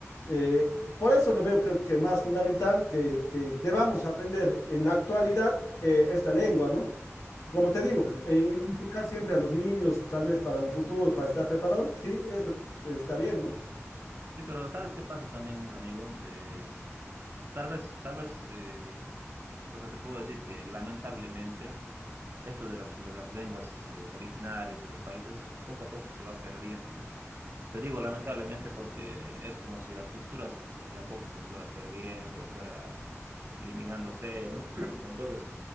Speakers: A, on the left; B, on the right.
A: Eh, por eso lo veo creo que más fundamental que, que debamos aprender en la actualidad eh, esta lengua, ¿no? Como te
B: Eh,
A: digo, eh, in- inculcar siempre a los niños, tal vez para un futuro, para estar preparados, sí, eso eh, está bien, ¿no?
B: sí, pero ¿sabes qué pasa también, amigo? De, tal vez, tal vez, eh, o sea, te puedo decir que lamentablemente eso de las, de las lenguas eh, originarias de los países poco a poco se va perdiendo, ¿no? Te digo lamentablemente porque es como si la cultura de a poco se fuera perdiendo, fuera eliminándose, ¿no? <clears throat> Entonces,